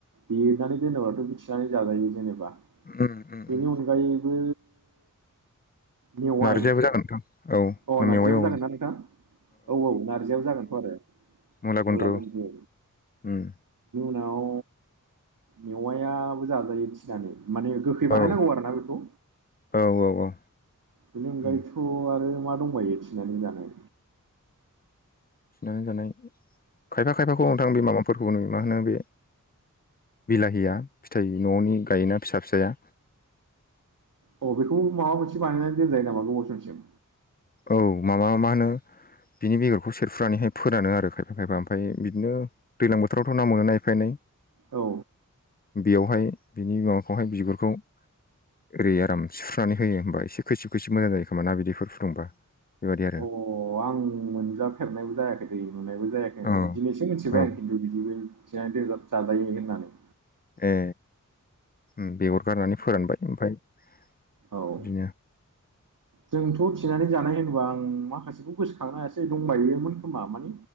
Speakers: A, on the right; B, on the left.
A: देनानै दोनोब्लाथ' मिथिनानै जाजायो जेनेबा बेनि
B: उम उम उम
A: अनगायैबो मेवाइ
B: नारजियाबो जागोन नोंथां औ
A: अ नारजियाबो
B: मेवाइ औ
A: जागोनना नोंथां? औ औ नारजियाबो जागोनथ' आरो
B: मुला
A: मुलागुनद्रु
B: गुन्द्रु उम
A: जोंनाव मेवायाबो जाजायो थिनानै माने गोखै बानायनांगौ
B: औ
A: आरो ना बेखौ
B: औ औ औ
A: बेनि अनगायैथ'
B: उम
A: आरो मा दंबायो थिनानै जानाय
B: थिनानै जानाय खायफा खायफाखौ नोंथां बे माबाफोरखौ नुयो मा होनो बे बिलाहिया फिथाइ न'नि गायोना फिसा फिसाया
A: अ बेखौ माबा मोनसे बानायनानै दोनजायो नामा गोबाव समसिम
B: औ माबा मा होनो बिनि बेगरखौ सेरफ्रुनानैहाय फोरानो आरो खायफा खायफा ओमफ्राय बिदिनो दैज्लां बोथोरावथ' ना मोनो ना एफा एनै
A: औ
B: बेयावहाय बिनि माबाखौहाय बिगुरखौ ओरै आराम सुफ्रुनानै होयो होमबा एसे खैसिब खैसिब मोजां जायो खोमा ना बिदैफोर फुदुंबा बेबायदि आरो
A: अ आं मोनजाफेरनायबो जायाखै दै नुनायबो जायाखै
B: औ
A: दिनैसो मिथिबाय
B: औ
A: आं खिन्थु बि दिबो थिनानै जाजायो होननानै।
B: ए उम बेगर गारनानै फोरानबाय ओमफ्राय बिदिनो
A: औ जोंथ' थिनानै जानाय होनोबा आं माखासेखौ गोसोखांनो हायासै दंबायोमोन खोमा माने